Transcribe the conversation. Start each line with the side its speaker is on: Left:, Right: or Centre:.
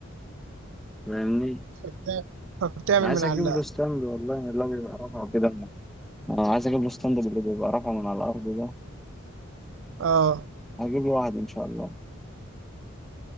Centre: فاهمني
Right: فبتع- فبتعمل
Centre: انا عايز
Right: من
Centre: اجيب
Right: على اللاب
Centre: له ستاند والله اللي هو بيبقى رافعه كده من- انا عايز اجيب له ستاند اللي بيبقى رافعه من على الارض ده
Right: اه
Centre: هجيب له واحد ان شاء الله